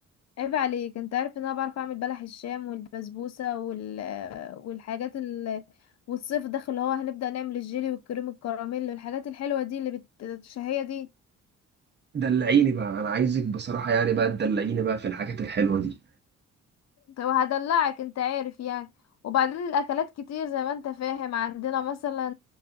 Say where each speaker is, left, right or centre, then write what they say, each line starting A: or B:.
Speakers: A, on the left (about 60°); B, on the right (about 35°).
A: عيب عليك انت عارف ان انا بعرف اعمل بلح الشام والبسبوسه وال والحاجات ال والصيف داخل اللي هو هنبدأ نعمل الجيلي والكريم الكراميل والحاجات الحلوة دي اللي بت... الشهية دي
B: دلعيني بقى انا عايزك بصراحه يعني بقى تدلعيني بقى في الحاجات الحلوه دي
A: طب هدلعك انت عارف يعني وبعدين الاكلات كتير زي ما انت فاهم عندنا مثلا